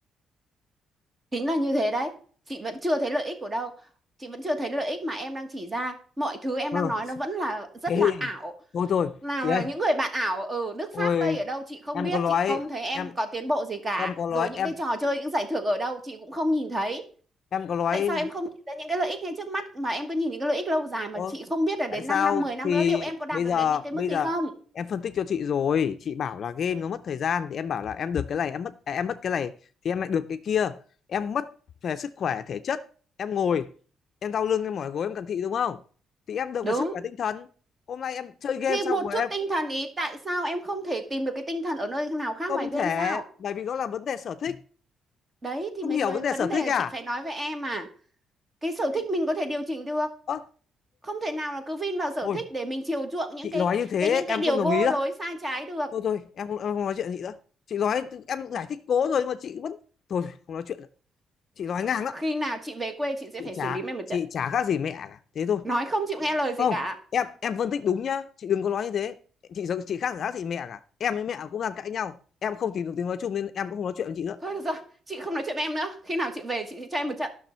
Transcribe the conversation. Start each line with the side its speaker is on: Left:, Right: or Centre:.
Right: chính là như thế đấy chị vẫn chưa thấy lợi ích của đâu chị vẫn chưa thấy lợi ích mà em đang chỉ ra mọi thứ em
Left: ừ.
Right: đang nói nó vẫn là rất
Left: thế
Right: là
Left: thì
Right: ảo
Left: thôi thôi
Right: nào
Left: chị ơi
Right: là những người bạn ảo ở Đức
Left: ôi
Right: Pháp Tây ở đâu chị không
Left: em
Right: biết
Left: có nói
Right: chị không thấy em
Left: em
Right: có tiến bộ gì cả
Left: em có
Right: rồi
Left: nói
Right: những
Left: em
Right: cái trò chơi những giải thưởng ở đâu chị cũng không nhìn thấy
Left: em có nói
Right: tại sao em không nhìn ra những cái lợi ích ngay trước mắt mà em cứ nhìn những cái lợi ích lâu dài mà
Left: Ơ,
Right: chị không biết là đến
Left: tại
Right: 5
Left: sao
Right: năm 10 năm
Left: thì
Right: nữa liệu em có đạt
Left: bây
Right: được
Left: giờ
Right: đến những cái mức
Left: bây
Right: ấy
Left: giờ
Right: không
Left: em phân tích cho chị rồi, chị bảo là game nó mất thời gian thì em bảo là em được cái này, em mất à, em mất cái này thì em lại được cái kia. Em mất về sức khỏe thể chất, em ngồi, em đau lưng, em mỏi gối, em cận thị đúng không? Thì em được
Right: đúng
Left: về sức khỏe tinh thần. Hôm nay em chơi game
Right: thì
Left: xong
Right: một
Left: rồi
Right: chút
Left: em
Right: tinh thần ý tại sao em không thể tìm được cái tinh thần ở nơi nào khác
Left: không
Right: ngoài game
Left: thể
Right: sao
Left: bởi vì đó là vấn đề sở thích.
Right: Đấy thì
Left: Không
Right: mấy
Left: hiểu
Right: vấn
Left: vấn đề
Right: vấn
Left: sở thích
Right: đề là
Left: à?
Right: chị phải nói với em à. Cái sở thích
Left: Thì,
Right: mình có thể điều chỉnh được.
Left: ơ,
Right: Không thể nào là cứ vin vào sở
Left: ôi,
Right: thích để mình chiều chuộng những
Left: chị
Right: cái
Left: nói như thế
Right: cái những cái
Left: em
Right: điều
Left: không đồng
Right: vô
Left: ý đâu.
Right: lối sai trái được.
Left: thôi thôi em không em không nói chuyện chị nữa chị nói em giải thích cố rồi nhưng mà chị vẫn thôi không nói chuyện nữa. chị nói ngang đó
Right: Khi nào chị về quê chị sẽ
Left: chị
Right: phải
Left: chả
Right: xử lý em một
Left: chị
Right: trận.
Left: chả khác gì mẹ cả thế thôi
Right: Nói không chịu nghe lời gì
Left: không
Right: cả.
Left: em em phân tích đúng nhá chị đừng có nói như thế chị giống chị khác gì khác chị mẹ cả em với mẹ cũng đang cãi nhau em không tìm được tiếng nói chung nên em cũng không nói chuyện với chị nữa
Right: Thôi được rồi, chị không nói chuyện với em nữa. Khi nào chị về chị sẽ cho em một trận.